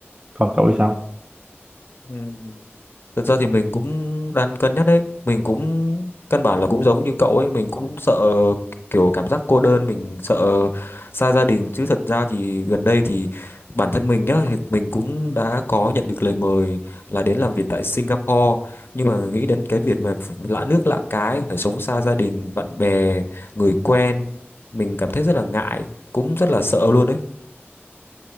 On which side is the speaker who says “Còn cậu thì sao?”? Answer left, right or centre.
Right